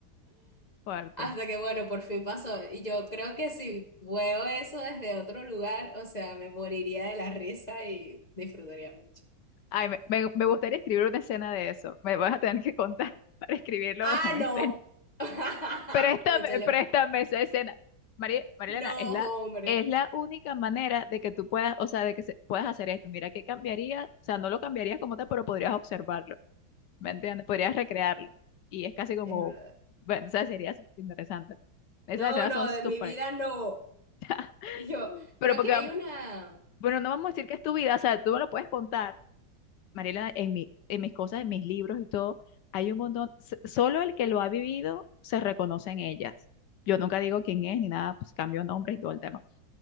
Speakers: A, on the left; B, on the left.
A: Cuarto.
B: Hasta que, bueno, por fin pasó. Y yo creo que si veo eso desde otro lugar, o sea, me moriría de la risa y disfrutaría mucho.
A: Ay, me, me- me gustaría escribir una escena de eso. Me vas a tener que contar <laughs> para escribirlo
B: Ah,
A: <laughs> en escena.
B: no. <laughs>
A: Préstame,
B: Cónchale.
A: préstame esa escena. María, Marilena,
B: No,
A: es la,
B: hombre.
A: es la única manera de que tú puedas, o sea, de que se- puedas hacer esto. Mira, ¿qué cambiaría? O sea, no lo cambiarías como tal, pero podrías observarlo, ¿me entiendes? Podrías recrearlo. Y es casi como,
B: Es verdad.
A: bueno, o sea, sería súper interesante. Esas
B: No,
A: escenas
B: no,
A: son
B: de
A: súper,
B: mi vida no.
A: <laughs>
B: Yo
A: pero
B: creo
A: porque,
B: que
A: vam-
B: hay una.
A: bueno, no vamos a decir que es tu vida, o sea, tú no lo puedes contar, Mariela, en mi, en mis cosas, en mis libros y todo, hay un montón, s- solo el que lo ha vivido se reconoce en ellas. Yo nunca digo quién es ni nada, pues cambio nombres y todo el tema.